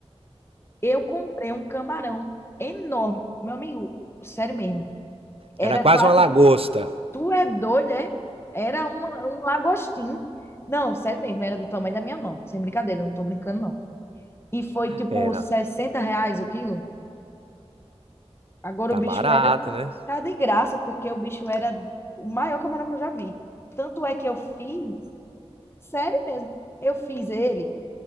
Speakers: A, on the left (about 20°); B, on the right (about 60°).
A: Eu comprei um camarão enorme. Meu amigo, sério mesmo. Era
B: Era quase
A: quase.
B: uma lagosta.
A: Tu é doido, é? Era um, um lagostim. Não, sério mesmo, era do tamanho da minha mão. Sem brincadeira, eu não tô brincando, não. E foi tipo
B: Era.
A: 60 reais o quilo. Agora
B: Tá
A: o bicho
B: barato,
A: era.
B: né?
A: Tá de graça, porque o bicho era o maior camarão que eu já vi. Tanto é que eu fiz. Sério mesmo. Eu fiz ele